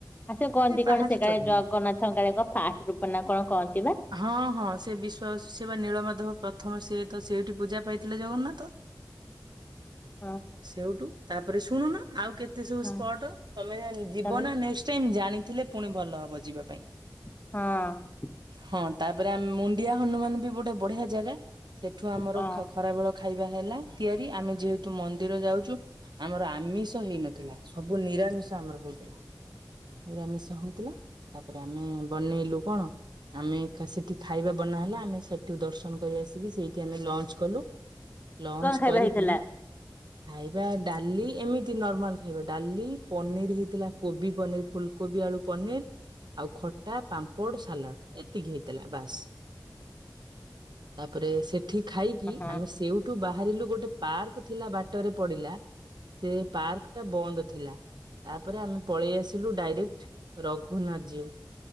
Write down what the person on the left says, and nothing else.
ଆ ସେ କହନ୍ତି କଣ
ସେ କାଳେ
ଜଗନ୍ନାଥଙ୍କ
କଣ ଫାଷ୍ଟ ରୂପ ନା କଣ କହନ୍ତି ବା?
ହଁ।
ହଁ
ତାପରେ
ହଁ।
ହଁ।
କଣ ଖାଇବା
ହେଇଥିଲା?
ଓହୋ